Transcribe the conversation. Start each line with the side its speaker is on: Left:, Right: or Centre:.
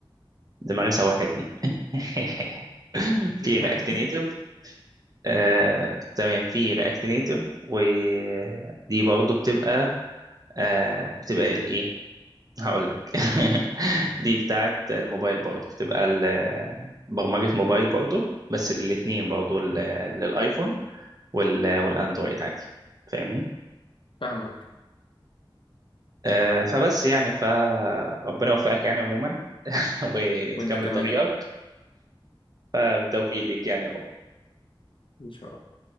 Right: دماغي سوحتني <laughs>
Left: <laughs>
Right: في رياكت نيتيف آه، تمام في رياكت نيتيف ودي برضو بتبقى آه، بتبقى الايه هقول لك <laughs> دي بتاعت الموبايل برضو بتبقى ال- آه، برمجة موبايل برضو بس الاثنين برضو لل- للايفون وال والاندرويد عادي فاهمني
Left: فاهمك
Right: آه فبس يعني فربنا يوفقك يعني عموما <laughs> وتكمل
Left: وانت كمان
Right: طريقك
Left: يا رب
Right: آه، بالتوفيق ليك يعني
Left: ان شاء الله